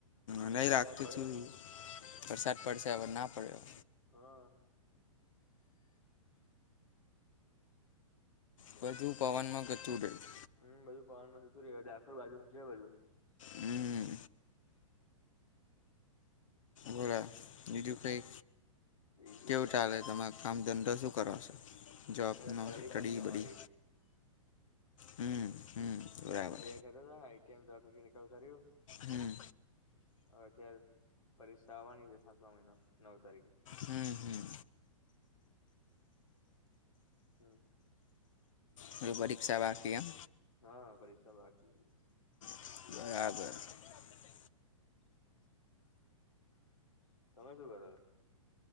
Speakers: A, on the left; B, on the left.
A: મનેહ
B: વરસાદ
A: રાખતું
B: પડ્યો
A: તું
B: નહી
A: વરસાદ પડશે હવે ના પડ્યો.
B: હા
A: હજુ પવનમાં ગતું રહ્યું
B: હુમ્ બધું પવનમાં જતું રે ડાકેર બાજુ છે બધું <inaudible>
A: હમ બોરા બીજુ કઈ.
B: બીજું
A: કેવું
B: તો
A: ચાલે તમારે કામ ધંધો શું કરો છો. જોબ
B: અત્યાર
A: નો
B: સ્ટડી પતી
A: બડી
B: અમાર.
A: હમ હમ બરાબર
B: આટીઆઈ કર્યું મિકેનિકલ કર્યું.
A: હમ
B: હ અત્યારે પરીક્ષા આવવાની છે સાતવા મહિના નવ તારીખે.
A: હમ હમ
B: હમ્મ
A: હવે
B: <inaudible>
A: પરીક્ષા બાકી એમ
B: હા. પૈસા બાકી હોય.
A: <inaudible>
B: તમે શું કરો છો.